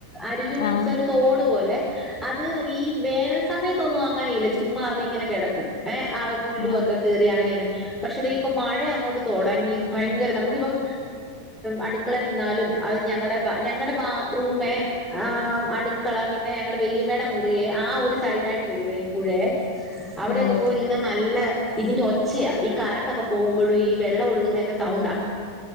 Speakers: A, in the centre; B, on the left.
A: അരുവി മീൻസ്
B: ആഹ്
A: ഒരു തോട് പോലെ അത് ഈ വേറെ സമയത്തൊന്നും അങ്ങനെയില്ല ചുമ്മാ അത് ഇങ്ങനെ കിടക്കും ഏ ആ പുല്ലും
B: ആഹ്
A: ഒക്കെ കേറി അങ്ങനെനെ പക്ഷെ ഇപ്പൊ മഴയങ്ങോട്ട് തുടങ്ങി ഭയങ്കര നമുക്കിപ്പം അടുക്കള നിന്നാലും അത് ഞങ്ങളുടെ ഞങ്ങളുടെ ബാത്റൂമെ അടുക്കള പിന്നെ ഞങ്ങളുടെ വല്യമ്മയുടെ മുറിയെ ആ ഒരു സൈഡായിട്ട് വരുവെ ഈ പുഴയെ അവിടെയൊക്കെ
B: ഓഹ്
A: പോയി നിന്നാ നല്ല ഇതിന്റെ ഒച്ചയ ഈ കറണ്ടൊക്കെ പോകുമ്പോഴും ഈ വെള്ളം ഒഴുകുന്നതിന്റെ സൗണ്ടാ